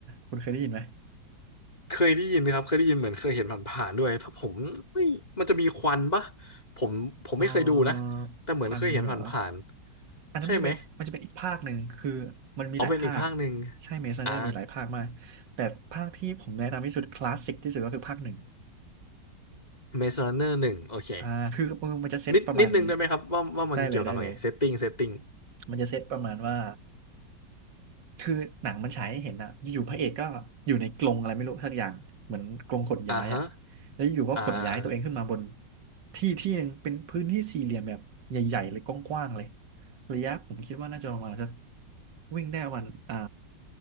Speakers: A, on the right; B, on the left.
A: คุณเคยได้ยินไหม
B: เคยได้ยินนะครับเคยได้ยินเหมือนเคยเห็นผ่านๆด้วยถ้าผมเฮ้ยมันจะมีควันปะผมผมไม่เคยดูนะแต่เหมือนเคยเห็นผ่านๆใช่ไหม
A: เออควันเหรออันนั้นมันจะเป็นมันจะเป็นอีกภาคหนึ่งคือมันมีหลายภาค
B: เอาเป็นอีกภาคหนึ่ง
A: ใช่เมซันเนอร์มีหลายภาคมาก
B: อ่า
A: แต่ภาคที่ผมแนะนำที่สุดคลาสสิกที่สุดก็คือภาคหนึ่ง
B: Maze Runner หนึ่งโอเค
A: อ่าคือมันมันจะเซตประมาณนี้
B: นิดนิดนึงได้ไหมครับว่าว่ามันเกี่ยวกับอะไรเซตติ้งเซตติ้ง
A: ได้เลยได้เลยมันจะเซตประมาณว่าคือหนังมันฉายให้เห็นอะอยู่ๆพระเอกก็อยู่ในกรงอะไรไม่รู้สักอย่างเหมือนกรงขนย้ายอะ
B: อ่าฮะ
A: แล้วอยู่ก็ขนย้ายตัวเองขึ้นมาบน
B: อ่าอ่าอ่า
A: ที่ที่หนึ่งเป็นพื้นที่สี่เหลี่ยมแบบใหญ่ๆเลยกว้างๆเลยระยะผมคิดว่าน่าจะประมาณสักวิ่งได้ประมาณอ่า